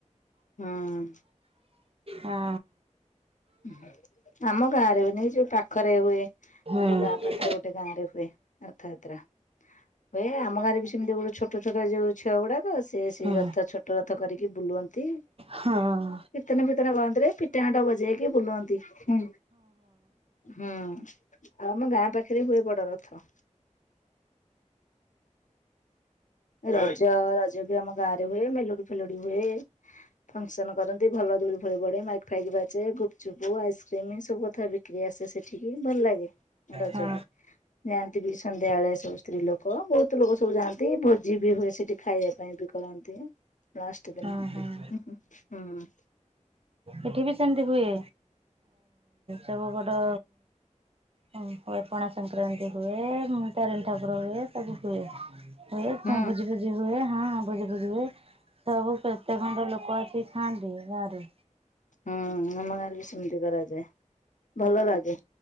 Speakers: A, on the left (about 75°); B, on the right (about 50°).
A: ହୁଁ।
B: ହଁ।
A: ଉ ହୁଁ ଆମ ଗାଁରେ ହୁଏନି ଯୋଉ ପାଖରେ ହୁଏ। ଆମ
B: ହୁଁ
A: ଗାଁ ପାଖରେ ଗୋଟେ ଗାଁ ରେ ହୁଏ ରଥଯାତ୍ରା। ହୁଏ ଆମ ଗାଁରେ ବି ସେମିତି ଗୋଟେ ଛୋଟ ଛୋଟ ଯୋଉ ଛୁଆ ଗୁଡାକ ସେଇ
B: ହଁ
A: ରଥ ଛୋ ଛୋଟ ରଥ କରିକି ବୁଲ କରନ୍ତି,
B: ହଁ ହଁ।
A: କୀର୍ତ୍ତନ ଫୀର୍ତନ କରନ୍ତିରେ ପିଠା ହାଣ୍ଟ ବଜେଇକି ବୁଲନ୍ତି। ହଁ, ହୁଁ ଆଉ ଆମ ଗାଁ ପାଖରେ ହୁଏ ବଡ ରଥ। ରଜ, ରଜ ବି ଆମ ଗାଁ ରେ ହୁଏ। ମେଲୋଡି ଫେଲୋଡି ହୁଏ। ଫେଶନ କରନ୍ତି ଭଲ ଧୁଳି ବଜାର ମାଇକ ଫାଇକ ବାଜେ ଗୁପଚୁପ ଆଇସ୍କ୍ରିମ ସବୁ କଥା ବିକ୍ରି ଆସେ ସେଠିକି ଭଲ ଲାଗେ। ରଜରେ।
B: ହଁ
A: ଯାଆନ୍ତି ବି ସନ୍ଧ୍ୟାବେଳେ ସବୁ ସ୍ତ୍ରୀ ଲୋକ ବହୁତ ଲୋକ ସବୁ ଯାଆନ୍ତି ଭୋଜି ବି ହୁଏ ସେଠି ଖାଇବାକୁ ପାଇଁ ବି କରନ୍ତି ଲାଷ୍ଟ ଦିନ
B: ହଁ ହଁ
A: ହୁଁ
B: ଏଠି ବି ସେମିତି ହୁଏ, ସବୁ ବଡ ହଁ, ହୁଏ ପଣା ସଂକ୍ରାନ୍ତି ହୁଏ। ତାରିଣୀ ଠାକୁର ହୁଏ ସବୁ ହୁଏ। ହୁଏ
A: ହୁଁ
B: କଣ ଭୋଜି ବୁଝି ହୁଏ ହଁ ହଁ, ଭୋଜି ଫୋଜି ହୁଏ। ସବୁ କେତେ ଖଣ୍ଡ ଲୋକ ଆସି ଖାଆନ୍ତି ଗାଁରେ।
A: ହୁଁ, ଆମ ଗାଁରେ ବି ସେମିତି କରାଯାଏ। ଭଲ ଲାଗେ।